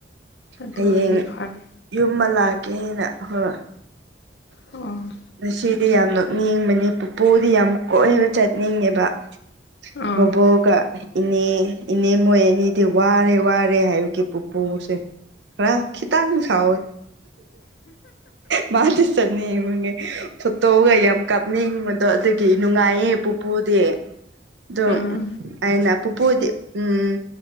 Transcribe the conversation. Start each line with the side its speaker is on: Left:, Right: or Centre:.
Left: ꯑꯗꯨ
Right: ꯍꯌꯦꯡ
Left: ꯑꯣꯏꯔꯗꯤ ꯐꯔꯦ
Right: ꯌꯨꯝꯕ ꯂꯥꯛꯀꯦꯅ ꯍꯣꯏ
Left: ꯑꯣ
Right: ꯉꯁꯤꯗꯤ ꯌꯥꯝ ꯅꯣꯛꯅꯤꯡꯕꯅꯤ ꯄꯨꯄꯨꯗꯤ ꯌꯥꯝ ꯀꯣꯏꯕ ꯆꯠꯅꯤꯡꯉ‌ꯦꯕ
Left: ꯑꯥ
Right: ꯕ‌ꯣꯕꯣꯛꯀ ꯏꯅꯦ ꯏꯅꯦ ꯃꯣꯏ ꯑꯅꯤꯗꯤ ꯋꯥꯔꯦ ꯋꯥꯔꯦ ꯍꯥꯏꯕꯒꯤ ꯄꯨꯄꯨꯁꯦ ꯈꯔ ꯈꯤꯇꯪ ꯁꯥꯋꯤ ꯃꯥꯗꯤ ꯆꯠꯅꯤꯡꯕꯒꯤ ꯐꯣꯇꯣꯒ ꯌꯥꯝ ꯀꯥꯞꯅꯤꯡꯕꯗꯣ ꯑꯗꯨꯒꯤ ꯅꯨꯡꯉꯥꯏꯌꯦ ꯄꯨꯄꯨꯗꯤ ꯑꯗꯨꯝ
Left: ꯑꯥ
Right: ꯑꯩꯅ ꯄꯨꯄꯨꯗꯤ ꯎꯝ